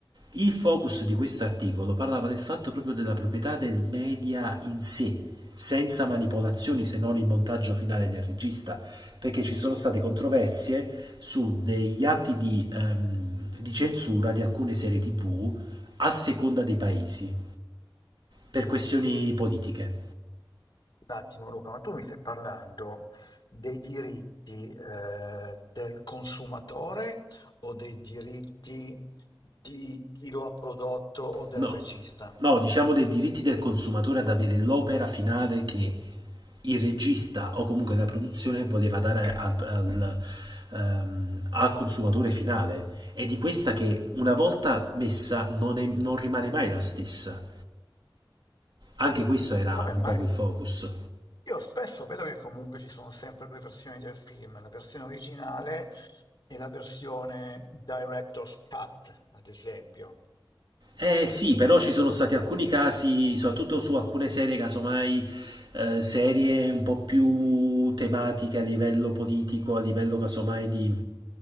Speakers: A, on the right; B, on the left.
A: Il focus di questo articolo parlava del fatto proprio della proprietà del media in sé, senza manipolazioni se non il montaggio finale del regista, perché ci sono state controversie su degli atti di, ehm, di censura di alcune serie TV a seconda dei paesi, per questioni politiche.
B: Un attimo, Luca, ma tu mi stai parlando dei diritti eh, del consumatore o dei diritti di chi lo ha prodotto o del
A: No,
B: regista?
A: no, diciamo dei diritti del consumatore ad avere l'opera finale che il regista o comunque la produzione voleva dare al, al, ehm, al consumatore finale. E di questa che una volta messa non, è- non rimane mai la stessa. Anche questo era
B: Vabbè,
A: un
B: ma
A: poco il focus.
B: io spesso vedo che comunque ci sono sempre due versioni del film, la versione originale e la versione director's cut, ad esempio.
A: Eh sì, però ci sono stati alcuni casi, soprattutto su alcune serie, casomai eh, serie un po' più tematiche a livello politico, a livello casomai di